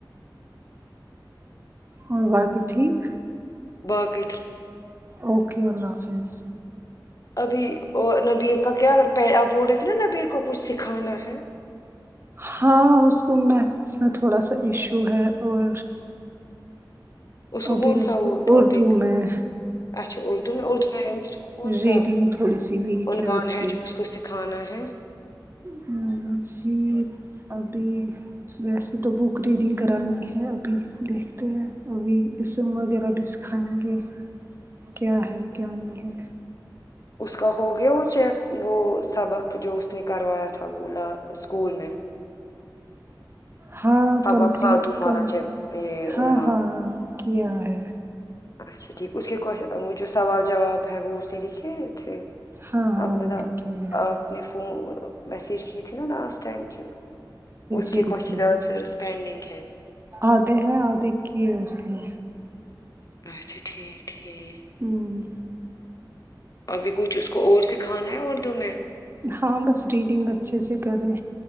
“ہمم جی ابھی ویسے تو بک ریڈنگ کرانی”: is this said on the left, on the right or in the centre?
Right